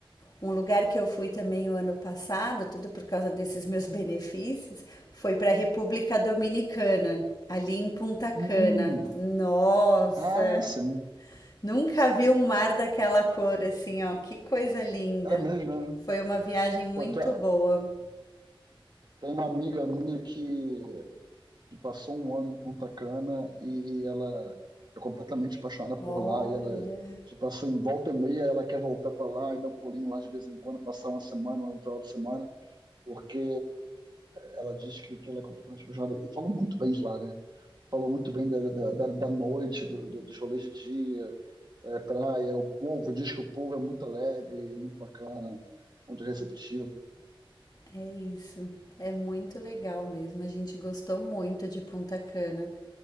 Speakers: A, on the left (about 45°); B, on the right (about 50°).
A: Um lugar que eu fui também o ano passado, tudo por causa desses meus benefícios, foi para a República Dominicana, ali em Punta Cana.
B: Hum,
A: Nossa,
B: ah, sim,
A: nunca vi um mar daquela cor assim, ó, que coisa linda.
B: é mesmo, né?
A: Foi uma viagem muito
B: Pô, tem
A: boa.
B: tem uma amiga minha que e passou um ano em Punta Cana e ela é completamente apaixonada
A: Olha.
B: por lá e ela tipo assim volta e meia ela quer voltar para lá e dar um pulinho lá de vez em quando passar uma semana um final de semana porque ela diz que, que ela é completamente apaixonada e falou muito bem de lá né falou muito bem da, da, da, da noite do, do, dos rolês de dia é, praia o povo diz que o povo é muito alegre muito bacana muito receptivo
A: É isso. É muito legal mesmo. A gente gostou muito de Punta Cana.